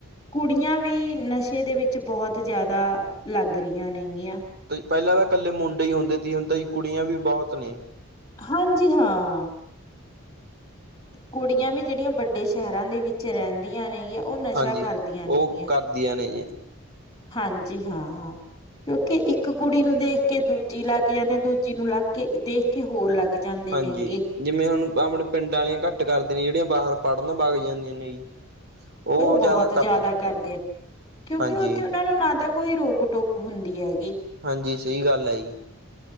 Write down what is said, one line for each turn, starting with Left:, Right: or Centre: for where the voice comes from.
Left: ਕੁੜੀਆਂ ਵੀ ਨਸ਼ੇ ਦੇ ਵਿੱਚ ਬਹੁਤ ਜ਼ਿਆਦਾ ਲੱਗ ਰਹੀਆਂ ਨੇਗੀਆਂ।
Right: ਪੈਲਾਂ ਤਾਂ ਕੱਲੇ ਮੁੰਡੇ ਹੀ ਹੁੰਦੇ ਸੀ ਹੁਣ ਤਾਂ ਜੀ ਕੁੜੀਆਂ ਵੀ ਬਹੁਤ ਨੇ
Left: ਹਾਂਜੀ, ਹਾਂ। ਕੁੜੀਆਂ ਵੀ ਜੇੜੀਆਂ ਵੱਡੇ ਸ਼ਹਿਰਾਂ ਦੇ ਵਿੱਚ ਰਹਿੰਦੀਆਂ ਨੇਗੀਆਂ ਉਹ ਨਸ਼ਾ
Right: ਹਾਂਜੀ
Left: ਕਰਦੀਆਂ ਨੇਗੀਆਂ।
Right: ਉਹ ਕਰਦੀਆਂ ਨੇ ਜੀ।
Left: ਹਾਂਜੀ ਹਾਂ, ਕਿਉਂਕਿ ਇੱਕ ਕੁੜੀ ਨੂੰ ਦੇਖ ਦੇਖ ਕੇ ਦੂਜੀ ਲੱਗ ਜਾਂਦੀ ਦੂਜੀ ਨੂੰ ਲੱਗ ਕੇ ਦੇਖ ਕੇ ਹੋਰ ਲੱਗ ਜਾਂਦੇ
Right: ਹਾਂਜੀ
Left: ਨੇਗੇ।
Right: ਜਿਵੇਂ ਹੁਣ ਆਪਣੇ ਪਿੰਡ ਵਾਲੀਆਂ ਘੱਟ ਕਰਦੇ ਨੇ ਜਿਹੜੀਆਂ ਬਾਹਰ ਪੜ੍ਹਨ ਬਗ ਜਾਂਦੀਆਂ ਨੇ ਜੀ। ਉਹ
Left: ਓ ਬਹੁਤ ਜ਼ਿਆਦਾ
Right: ਕਰਦੇ
Left: ਕਰਦੇ ਕਿਉਂਕਿ
Right: ਹਾਂਜੀ
Left: ਓਥੇ ਓਨਾਂ ਨੂੰ ਨਾ ਤਾਂ ਕੋਈ ਰੋਕ ਟੋਕ ਹੁੰਦੀ ਹੈਗੀ।
Right: ਹਾਂਜੀ, ਸਹੀ ਗੱਲ ਐ ਜੀ।